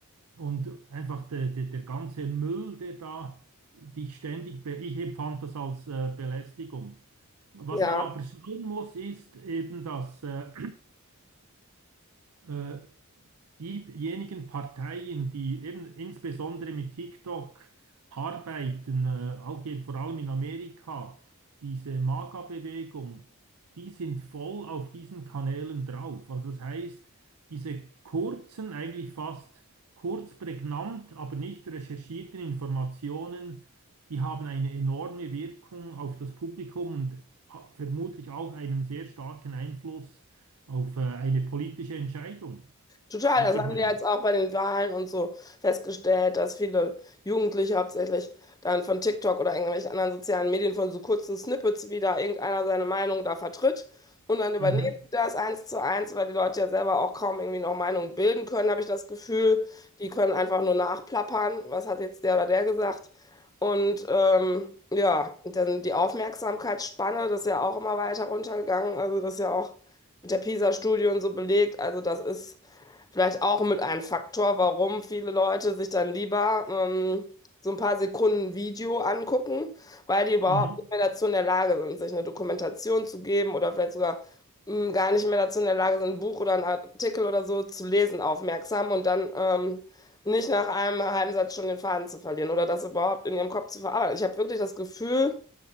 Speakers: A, on the right; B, on the left.
A: und einfach der, der, der ganze Müll, der da dich ständig, be ich empfand das als, äh, Belästigung. Was
B: Ja.
A: man aber schauen muss, ist eben, dass äh, <clears throat> diejenigen Parteien, die eben insbesondere mit TikTok arbeiten, äh, auch eben vor allem in Amerika, diese MAGA-Bewegung, die sind voll auf diesen Kanälen drauf. Also das heißt, diese kurzen, eigentlich fast kurz prägnant, aber nicht recherchierten Informationen, die haben eine enorme Wirkung auf das Publikum und ha- vermutlich auch einen sehr starken Einfluss auf äh, eine politische Entscheidung.
B: Total,
A: Weißt
B: das
A: du,
B: haben
A: wie ich meine?
B: wir jetzt auch bei den Wahlen und so festgestellt, dass viele Jugendliche hauptsächlich dann von TikTok oder irgendwelchen anderen sozialen Medien von so kurzen Snippets wieder irgendeiner seine Meinung da vertritt. Und dann übernehmen
A: Mhm,
B: die das eins zu eins, weil die Leute ja selber auch kaum irgendwie noch Meinung bilden können, habe ich das Gefühl. Die können einfach nur nachplappern, was hat jetzt der oder der gesagt. Und ähm, ja, und dann die Aufmerksamkeitsspanne, das ist ja auch immer weiter runtergegangen. Also das ist ja auch mit der PISA-Studie und so belegt. Also das ist vielleicht auch mit ein Faktor, warum viele Leute sich dann lieber ähm, so ein paar Sekunden Video angucken, weil die überhaupt
A: mhm,
B: nicht mehr dazu in der Lage sind, sich eine Dokumentation zu geben oder vielleicht sogar mh, gar nicht mehr dazu in der Lage sind, ein Buch oder einen Artikel oder so zu lesen, aufmerksam und dann ähm, nicht nach einem halben Satz schon den Faden zu verlieren oder das überhaupt in ihrem Kopf zu verarbeiten. Ich habe wirklich das Gefühl,